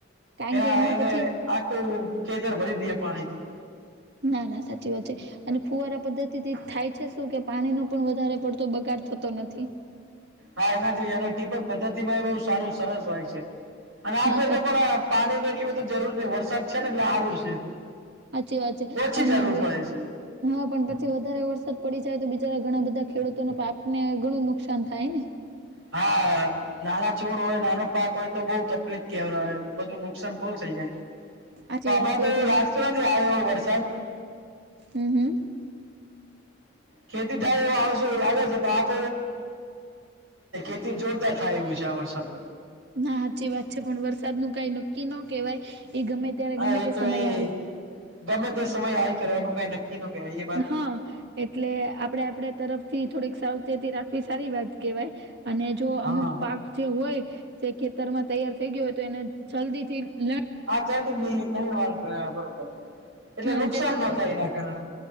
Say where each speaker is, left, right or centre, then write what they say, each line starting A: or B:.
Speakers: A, on the right; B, on the right.
A: કારણ
B: એના
A: કે એમાં
B: એને
A: પછી
B: આખું ખેતર ભરી દેએ, પાણીથી.
A: ના, ના, સાચી વાત છે. અને ફુવારા પદ્ધતિથી થાય છે, શું કે પાણીનો પણ વધારે પડતો બગાડ થતો નથી.
B: હા, એનાથી અને ટીપક પદ્ધતિ માં એ બહુ સારું, સરસ હોય છે, અને આ
A: ના
B: ફેર
A: સાચ
B: તો પણ. પાણી ની એટલી બધી જરૂર નથી, વરસાદ છે ને, એટલે આરું છે.
A: સાચી વાત છે
B: ઓછી
A: પણ
B: જરૂર પડે છે.
A: હા, પણ પછી વધારે વરસાદ પડી જાય તો બિચારા ઘણા બધા ખેડૂતો ન પાકેને, ઘણું નુકસાન થાય ને.
B: હા. નાના છોડ હોય, નાનો પાક હોય તો બઉુ તકલીફ કેવા હોય, બધું નુકસાન બહુ થઇ જાય. <unintelligible>
A: સાચી વાત છે એટલે વર્ષ હમ, હમ.
B: ખેતી થાય, એ આવશે એવું લાગે છે, પણ આપ ખેતી જોડતા થાય એવું છે આ વરસાદ.
A: ના, સાચી વાત છે, પણ વરસાદ નું કઈ નક્કી ના કહેવાય, એ ગમે ત્યારે,
B: હા
A: ગમે
B: એ
A: તે
B: તો
A: સમય
B: એ
A: આવી
B: ગમે તે સમય આવ્યા કરે, એનું કંઈ નક્કી નહિં. <unintelligible>
A: હા, એ. એટલે આપડે આપડા તરફથી થોડીક સાવચેતી રાખવી સારી વાત કહેવાય, અને જો
B: હા
A: અમુક પાક જે હોય, જે ખેતરમાં તૈયાર થઈ ગયો હોય, તો એને જલ્દી થી લ
B: આ ચંદની નવી વા બરાબર, એટલે
A: હા
B: નુકસાન
A: જેથી
B: ન થાય એના કારણે.